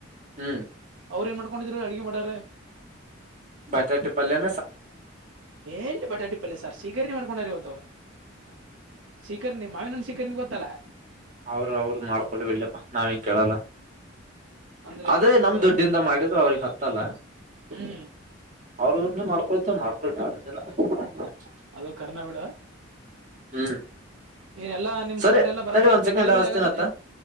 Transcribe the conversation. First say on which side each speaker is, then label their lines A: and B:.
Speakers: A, on the right; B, on the right.
A: ಹ್ಮ್
B: ಅವ್ರ ಏನ್ ಮಾಡ್ಕೊಂಡಿದ್ರು ಅಡುಗೆ ಮಾಡೋರೆ
A: ಬಟಾಣಿ ಪಲ್ಯ
B: ಎಲ್ಲಿ ಬಟಾಟಿ ಪಲ್ಯ ಸಾರ್ ಸ್ವೀಕಣೆ ಮಾಡ್ಕೊಂಡ್ರವಂತವ್ರ ಶ್ರೀಕಾಂಣ್ ಮಾವಿನ್ಣ ಶ್ರೀಕಾಂಣ್ ಗೊತ್ತಲ್ಲಾ
A: ಅವ್ರ ಅವ್ರದ್ದ ಮಾಡ್ಕೊೊಳ್ಳಿ ಬೆಳ್ಳ್ಯಪ್ಪ ನಾವಿಂಗ ಕೇಳಲ್ಲ <unintelligible>
B: ಅಂದ್ರೆ
A: ಅದೇ
B: ಹೆಂಗ
A: ನಮ್ ದುಡ್ಡಿಂದ ಮಾಡಿದ್ರ ಅವ್ರಿಗೆ ಹತ್ತ ಗತ್ತಲ್ಲ
B: ಹ್ಮ್
A: ಅವರುನ್ನು ಮಾಡ್ಕೊಯತ ಮಾಡ್ಕೊು ಮಾಡಿಲ್ಲ <unintelligible>
B: ಅದು ಕರ್ಮ ಬಿಡ
A: ಹ್ಮ್
B: ಎಲ್ಲಾ ನಿಮ್
A: ಸರಿ
B: ಸೈಡ್ ಎಲ್ಲಾ ಬರಬರ್
A: ತಡಿ ಒಂದ್
B: ಐತೆ
A: ಸೆಕೆಂಡ್
B: ಮಳಿ ಬಳಿ
A: ಹಸ್ತೀನತ್ತ
B: ಆಗದದೆ